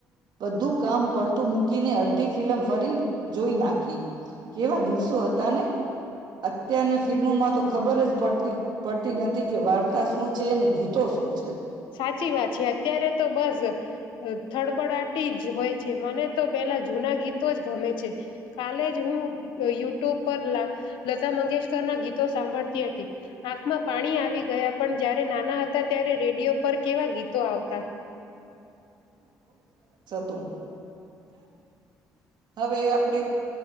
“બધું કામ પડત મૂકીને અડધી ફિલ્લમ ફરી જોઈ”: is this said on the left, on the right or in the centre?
Right